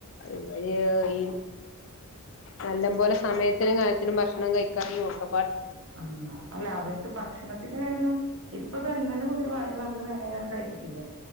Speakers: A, on the left (about 60°); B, on the right (about 60°).
A: ഇവര് ഈ നല്ലം പോലെ സമയത്തിനും കാലത്തിനും ഭക്ഷണം കഴിക്കായിയും ഒക്കെ
B: <unintelligible> അല്ല അവർക്ക് ഭക്ഷ ഭക്ഷണത്തിന്റെ കാര്യം ഇപ്പൊ ദാ ഇന്നലെ മുതൽ വയറു നല്ല വേദനയായ കാരണം കഴിച്ചിട്ടില്ല